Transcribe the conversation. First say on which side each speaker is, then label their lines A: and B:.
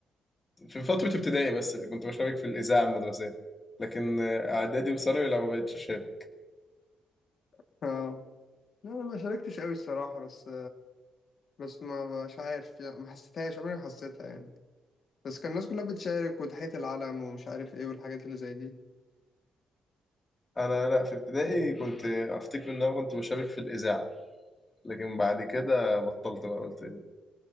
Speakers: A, on the left (about 25°); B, on the left (about 50°).
A: في فترة ابتدائي بس اللي كنت بشارك في الإذاعة المدرسية لكن آه، اعدادي وثانوي لا ما بقتش اشارك
B: <laughs> لا انا ما شاركتش قوي الصراحه بس بس ما مش عارف يعني ما حسيتهاش عمري ما حسيتها يعني بس كان الناس كلها بتشارك وتحية العلم ومش عارف ايه والحاجات اللي زي دي
A: انا لا في ابتدائي كنت افتكر ان انا كنت بشارك في الاذاعه لكن بعد كده بطلت بقى قلت ايه ده